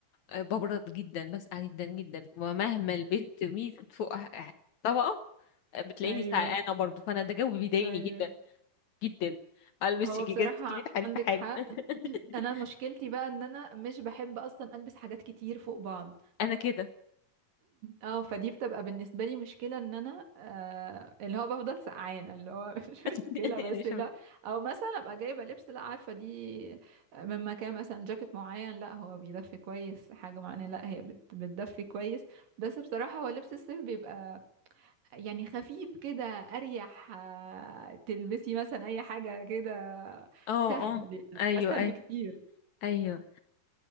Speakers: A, on the left (about 60°); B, on the right (about 65°).
A: ببرد جدا بسقع جدا جدا ومهما لبست ميزة فوق طبقة بتلاقيني
B: ايوه
A: سقعانة برضو فأنا ده جو بيضايقني
B: ايوه
A: جدا جدا ألبس
B: هو
A: جيجات
B: بصراحه
A: 300 ألف
B: عندك
A: حاجة
B: حق
A: <laughs>
B: <clears throat> انا مشكلتي بقى ان انا مش بحب اصلا البس حاجات كتير فوق بعض
A: أنا كده
B: اه فدي بتبقى بالنسبه لي مشكله ان انا آه اللي هو بفضل سقعانه اللي هو <laughs> مش
A: <laughs>
B: مشكله
A: مش
B: بس لا
A: عارفة.
B: او مثلا ابقى جايبه لبس لا عارفه دي من مكان مثلا جاكيت معين لا هو بيدفي كويس حاجه معينه لا هي بت بتدفي كويس بس بصراحه هو لبس الصيف بيبقى يعني خفيف كده اريح آه تلبسي مثلا اي حاجه كده
A: اه
B: سهل
A: اه أيوه
B: اسهل
A: أيوه
B: بكتير
A: أيوه